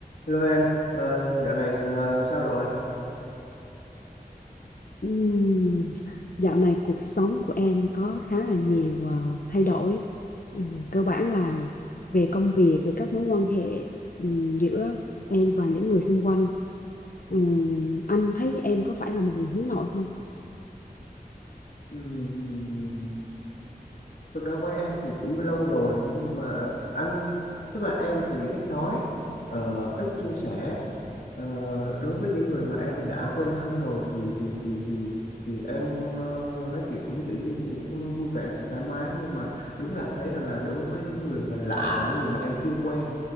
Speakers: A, on the left; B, on the left.
A: Hello em, ờ, dạo này ờ, sao rồi?
B: Ừm, Dạo này cuộc sống của em có khá là nhiều ờ, thay đổi. Ừm, Cơ bản là về công việc, về các mối quan hệ ừm, giữa em và những người xung quanh. Ừm, Anh thấy em có phải là một người hướng nội không?
A: Ừm, Thực ra quen em thì cũng lâu rồi nhưng mà anh tức là em thì ít nói, ờ, ít chia sẻ. Ờ, đối với những người mà em đã quen thân rồi thì thì thì thì thì em ờ, nói chuyện cũng tự nhiên cũng vui vẻ cũng thoải mái nhưng mà đúng là anh thấy rằng là đối với những người mà lạ, những người mà em chưa quen